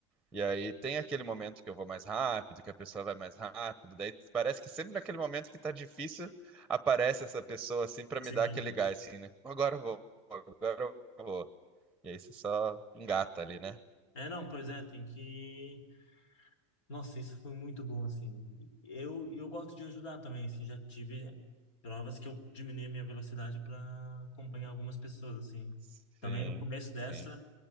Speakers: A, in the centre; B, on the left.
A: E aí tem aquele momento que eu vou mais rápido, que a pessoa vai mais rápido, daí parece que sempre naquele momento que tá difícil, aparece essa pessoa assim pra
B: sim.
A: me dar aquele gás assim, né? Agora eu vou, agora eu vou. E aí você só engata ali, né?
B: É, não, pois é, tem que... Nossa, isso foi muito bom, assim. Eu, eu gosto de ajudar também, assim, já tive provas que eu diminui a minha velocidade para acompanhar algumas pessoas, assim.
A: Sim,
B: Também no começo dessa,
A: sim.